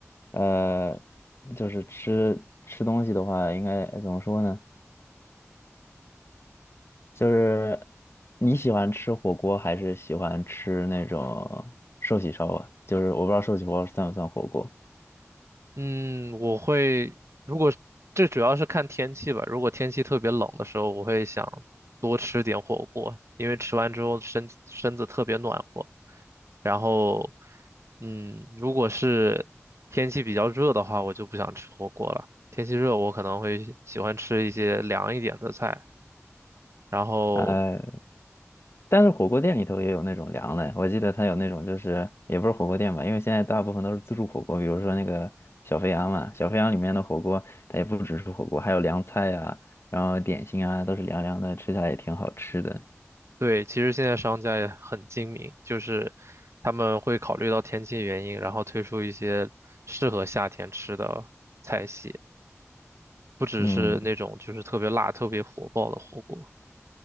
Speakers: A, on the left; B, on the right.
A: 呃，就是吃吃东西的话，应该怎么说呢？就是你喜欢吃火锅还是喜欢吃那种寿喜烧啊？就是我不知道寿喜烧算不算火锅。
B: 嗯，我会，如果这主要是看天气吧。如果天气特别冷的时候，我会想多吃点火锅，因为吃完之后身身子特别暖和。然后，嗯，如果是天气比较热的话，我就不想吃火锅了。天气热，我可能会喜欢吃一些凉一点的菜，然后
A: 哎，但是火锅店里头也有那种凉的，我记得它有那种就是也不是火锅店吧，因为现在大部分都是自助火锅，比如说那个小肥羊嘛，小肥羊里面的火锅它也不只是火锅，还有凉菜啊，然后点心啊都是凉凉的，吃起来也挺好吃的。
B: 对，其实现在商家也很精明，就是他们会考虑到天气原因，然后推出一些适合夏天吃的菜系，不只是那种就是特别辣、
A: 嗯，
B: 特别火爆的火锅。